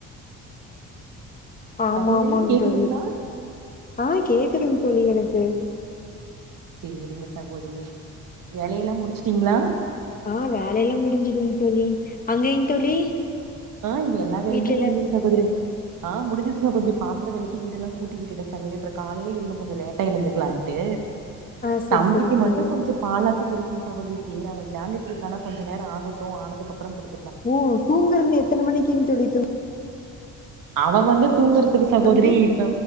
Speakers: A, on the left; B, on the right.
A: ஆமா
B: சகோதரி
A: ஆமாங்க
B: கேக்குதுங்களா
A: தோழி ஆ கேக்குதுங் தோழி எனக்கு
B: சேரிங்க சகோதரி வேலையெல்லா முடிச்சுட்டீங்ளா
A: ஆ வேலயெல்லா முடிஞ்சிதுங் தோழி அங்கேங் தோழி?
B: ஆ இங்க எல்லா வேலையுமே
A: வீட்ல எல்லா
B: முடிஞ்சிது சகோதரி ஆ முடிஞ்சது சகோதரி பாத்திர வெலக்கி வீடெல்லா கூட்டி விட்டுட்ட சகோதரி அப்ற காலைலே இன்னும் கொஞ்ச லேட்டா எழுந்துக்லான் டு
A: ஆ சரி
B: தம்பிக்கு
A: சரிங்க
B: மட்டு
A: தோழி.
B: கொஞ்ச பால் ஆ த்தி குடுக்கனு சகோதரி சேர் அவ விளயாண்டுட்ருக்கான கொஞ்ச நேர ஆகட்டு ஆனதுக்கப்புறம் குடுத்
A: ஓ தூங்கறதுக்கு எத்தன மணிக்கிங் தோழி தூ
B: அவ வந்து தூங்கறதுக்கு சகோதரி
A: தம்பி?
B: இப்ப